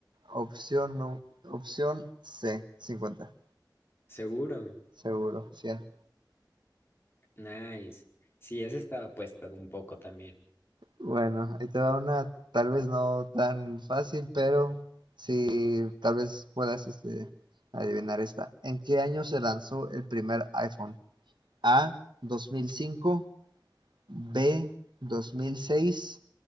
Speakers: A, on the right (about 80°); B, on the left (about 30°).
A: opción, no. opción C. 50.
B: ¿Seguro?
A: Seguro. 100.
B: Nice. Sí, esa estaba puesta un poco también.
A: Bueno, ahí te va una tal vez no tan fácil, pero sí, tal vez puedas este, adivinar esta. ¿En qué año se lanzó el primer iPhone? A. 2005. B. 2006.